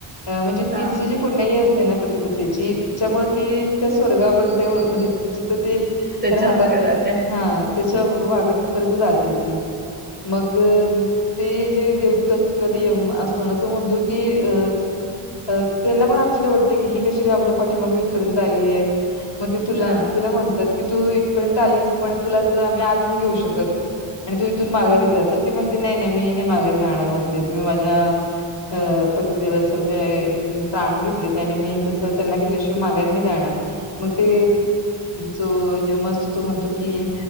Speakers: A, on the left; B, on the right.
A: अ म्हणजे
B: हा
A: तिचे जे पुण्याई असते ना पतिव्रवतेेची तिच्यामुळे ती त्या स्वर्गापर्यंत म म्हणजे जिथं ते
B: त्याच्या
A: राहतात
B: मागे जाते
A: हा त्याच्या मगं तीथपर्यंत जाते ती मग ते जे देवदूत असत्या किंवा ते यम असतो ना तो म्हणतो की अ त्यांना पण आश्चर्य वाटतं की ही गं कशी काय आपल्या पाठीमागं इथ पर्यंत आलिये मग ते तुला
B: हा
A: ते तिला म्हण तात की तू इथपर्यंत आलीस पण तुला तर आम्ही आत नाही घेऊ शकत आणि तू इथून माघारी जा तर ती म्हणती नाही नाही मी माघारी जाणार म्हणते तुम्ही माझ्या अ पतिदेवाचा म्हणजे प्राण घेतलेत आणि मी तसं त्यांना घेतल्या शि मी माघारी नाही जाणार. मग ते जो यम असतो तो म्हणतो की